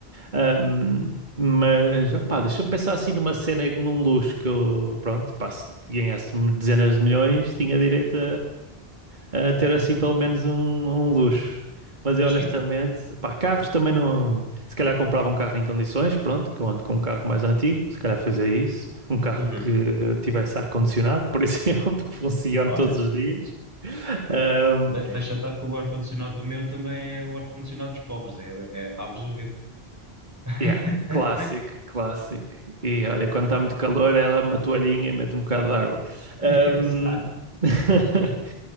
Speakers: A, on the right; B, on the right.
A: Ahm, mas, opá, deixa-me pensar assim numa cena, num luxo que eu, pronto, pá, se ganhasse dezenas de milhões, tinha direito a ter assim pelo menos um, um luxo. Mas eu
B: Sim.
A: honestamente, pá, carros também não. Se calhar comprava um carro em condições, pronto, que eu ando com um carro mais antigo, se calhar fazia isso. Um carro
B: Uhum.
A: que eh, tivesse ar-condicionado, por <laughs> exemplo, que funcione
B: Olha.
A: todos os dias. Ahm,
B: De- deixa estar que o ar-condicionado do meu também é o ar-condicionado dos pobres, é, é abres o vidro. <laughs>
A: yeah, clássico, clássico. E olha, quando está muito calor, ela é uma toalhinha e mete um bocado de água.
B: Exato.
A: Ahm, <laughs>